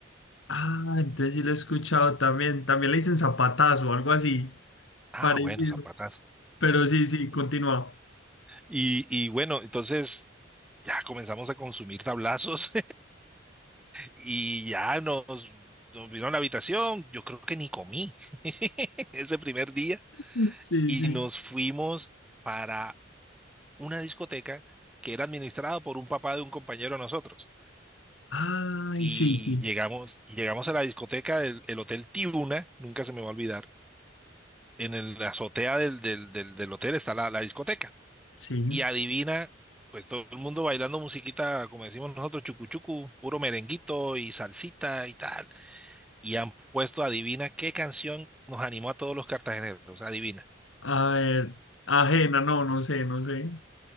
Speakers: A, on the left; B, in the centre.
A: Ah, entonces sí lo he escuchado también. También le dicen zapatazo, algo así,
B: Ah,
A: parecido.
B: bueno, zapatazo.
A: Pero sí, sí, continúa.
B: Y, y bueno, entonces ya comenzamos a consumir tablazos. Y ya nos, nos vino a la habitación, yo creo que ni comí <laughs> ese primer día.
A: <laughs> Sí,
B: Y
A: sí.
B: nos fuimos para una discoteca que era administrada por un papá de un compañero de nosotros.
A: Ay,
B: Y
A: sí, sí.
B: llegamos, y llegamos a la discoteca del el Hotel Tiuna, nunca se me va a olvidar. En el- la azotea del, del, del, del hotel está la, la discoteca.
A: Sí.
B: Y adivina, pues todo el mundo bailando musiquita, como decimos nosotros, chucu chucu, puro merenguito y salsita y tal. y han puesto, adivina qué canción nos animó a todos los cartageneros, adivina.
A: A ver, ajena, no, no sé, no sé.